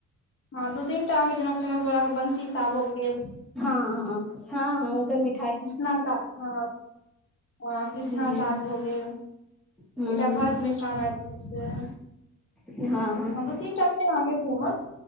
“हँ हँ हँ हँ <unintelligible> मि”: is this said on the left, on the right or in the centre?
Centre